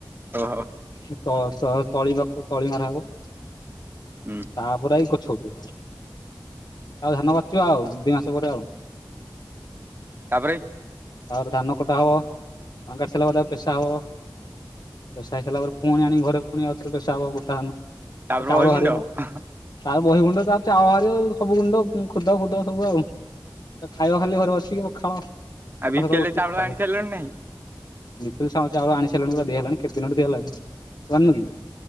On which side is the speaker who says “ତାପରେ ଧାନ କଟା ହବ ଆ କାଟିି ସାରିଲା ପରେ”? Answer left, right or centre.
Left